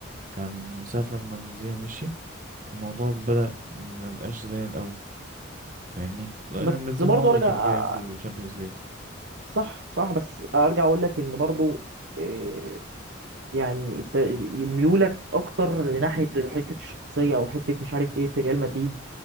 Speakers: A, on the right; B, on the right.
A: كان من ساعة لما بنزيما مشي الموضوع بدأ مبقاش زي الأول فاهمني لأن
B: بس
A: بنزيما
B: برضه
A: هو اللي
B: ارجع
A: كان
B: آه،
A: جايب الشامبيونز ليج
B: صح صح بس ارجع اقول لك ان برضه إيه، يعني إنت ميولك اكتر لناحيه حته الشخصيه او حته مش عارف ايه في ريال مدريد